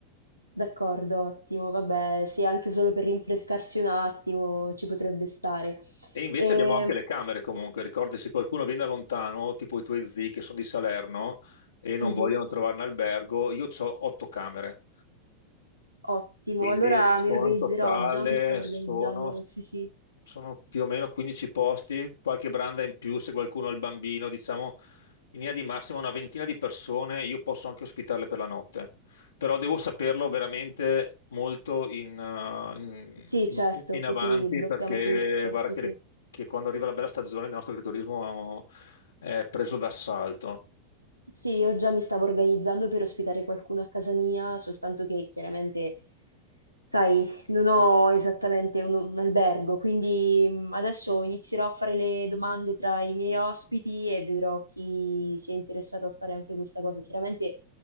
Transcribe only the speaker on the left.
E invece
abbiamo anche le camere comunque, ricordi se qualcuno viene da lontano, tipo i tuoi zii che sono di Salerno e non
vogliono trovare un albergo, io ho otto camere,
quindi
sono
in totale,
sono
sono più o meno 15 posti, qualche branda in più se qualcuno ha il bambino, diciamo in linea di massima una ventina di persone, io posso anche ospitarle per la notte, però devo saperlo veramente molto in, uh, in-
in-
in
avanti
perché
guarda
che,
le- che quando arriva la bella stagione il nostro agriturismo è preso d'assalto.